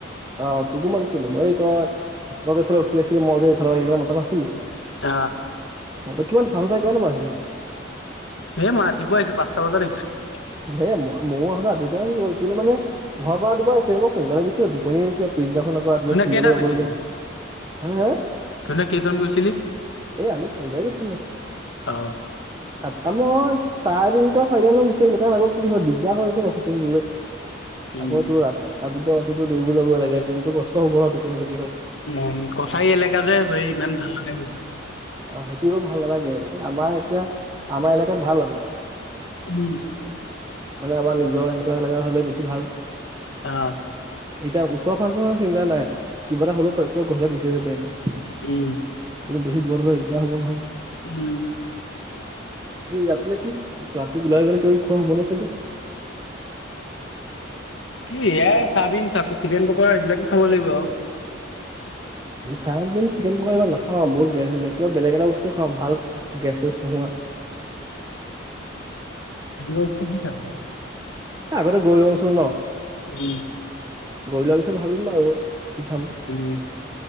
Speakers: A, on the right; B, on the left.
A: অ তোকো মাতিছিলো মই এই তই তই যে এইফালে ৰখি আছিলি মই যে এইফালে আহি কিনে মতা নাছিলি
B: আ
A: অ ত কিমান ফাং চাই কিমান সময়ত আহিলি
B: এ মই ৰাতিপুৱা আহিছো পাঁচটা বজাত আহিছোঁ
A: এ ম ময়ো আহোতে ৰাতিপুৱাই আহি গ'ল কিন্তু মানে ঘৰ পৰা আনিব আহিছিল মোক সোনকালে গুছি আহিলো টোপনি আহিছে আৱ পিছদিনাখন আকৌ ৰাতিপুৱা
B: তহঁতে
A: ফিল্ডলে
B: কেইটা
A: যাবলাগে
B: গৈছিলি
A: হে হে
B: তহঁতে কেইজন গৈছিলি
A: এ আমি চাৰিটাই গৈছিলোঁ।
B: অ
A: তাত মই চাৰে তিনিটা চাৰিটা মানত গুচি আহিলো কাৰণ আকৌ কি হয় দিগদাৰ হৈ আছে ৰখি থাকিবলে
B: উম
A: আকৌ তোৰ ৰা ৰাতিপুৱা ওঠিটো দৌৰিব যাব লাগে দিনটো কষ্ট হ'ব ন টোপনি খ
B: উম কছাৰী এলেকা যে এই ইমান ভাল নালাগি।
A: অ সেইটোতো ভাল নালাগে আমাৰ এতিয়া আমাৰ এলেকাত ভাল আ'ক
B: উম
A: মানে আমাৰ নিজৰ এনেকুৱা এলেকা হ'লে বেছি ভাল
B: অ
A: এতিয়া ওচৰ ফাংচনৰ চিন্তানাই কিবা এটা হলো ফোতকে গুচি আহিব পাৰিম কিন্ত
B: উম
A: বেছি দূৰত হ'লে দিগদাৰ হ'ব নহয়
B: উম
A: ৰাতিলে কি খোৱা ৰাতি ওলাই গ'লে কিবাকিবি খোৱা হ'ব নে চাগে
B: কি এ চাওবমিন, চিকেন পকৰা এইবিলাকে খাব লাগিব আৰু
A: চাওমিন, চিকেন পকৰা ইমান নাখাও বহুত গেছ হৈ যায় কিবা বেলেগ এটা বস্তু খাও ভাল গেছ চেছ নোহোৱা
B: সেনেকোৱা কি কি খাবি?
A: এ আগতে গৈ লও চোন ন
B: উম
A: গৈ লোৱা পিছত ভাবিম বাৰু কি খাম
B: উম,